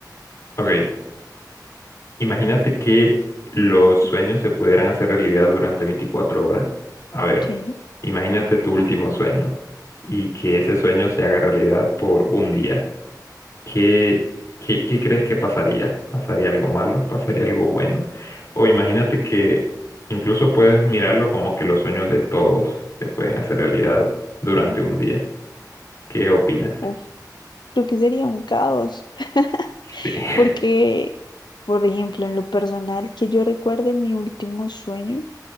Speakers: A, on the left (about 45°); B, on the left (about 85°).
A: Ok, imagínate que los
B: Ujú.
A: sueños se pudieran hacer realidad durante 24 horas. A ver,
B: Sí.
A: imagínate tu último sueño y que ese sueño se haga realidad por un día. ¿Qué, qué, qué crees que pasaría? ¿Pasaría algo malo? ¿Pasaría algo bueno? O imagínate que incluso puedes mirarlo como que los sueños de todos se pueden hacer realidad durante
B: Ujú.
A: un día. ¿Qué opinas?
B: Uf, creo que sería un caos, <laughs>
A: Sí. <laughs>
B: porque, por ejemplo, en lo personal que yo recuerde, mi último sueño